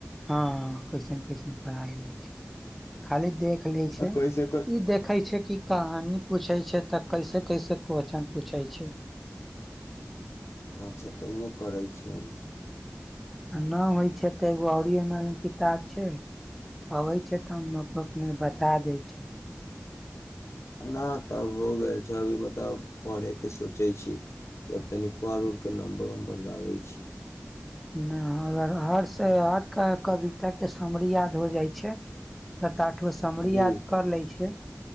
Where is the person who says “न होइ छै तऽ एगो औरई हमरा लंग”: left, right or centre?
Centre